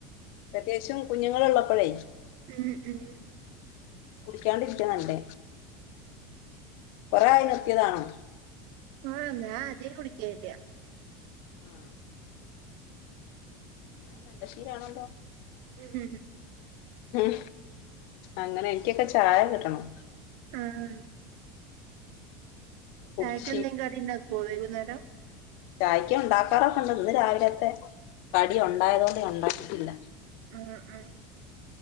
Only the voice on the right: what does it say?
ഉം ഉം
ആഹ് ഞ അതെ കുടിക്കലില്ല
ഉം ഉം ഉ
ആം
ചായക്ക് എന്തേ കടി ഉണ്ടാക്കൊ വൈകുന്നേരം
ഉം ഉം